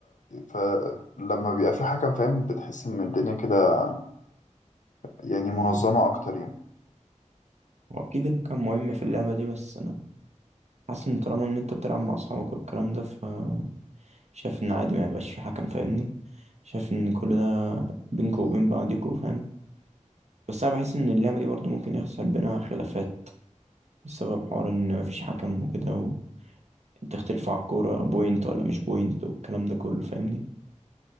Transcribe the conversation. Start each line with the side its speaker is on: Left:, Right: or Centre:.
Left: فلما بيبقى في حكم فاهم بتحس ان الدنيا كده يعني منظمة اكتر يعني
Right: واكيد المكان مهم في اللعبه دي بس انا حاسس ان طالما ان انت بتلعب مع اصحابك والكلام ده ف شايف ان عادي ما يبقاش في حكم فاهمني شايف ان كل ده بينكوا وبين بعضيكوا فاهم بس انا بحس ان اللعبه دي برضو ممكن يحصل بينها خلافات بسبب حوار ان مفيش حكم وكده وتختلفوا على الكوره بوينت ولا مش بوينت والكلام ده كله فاهمني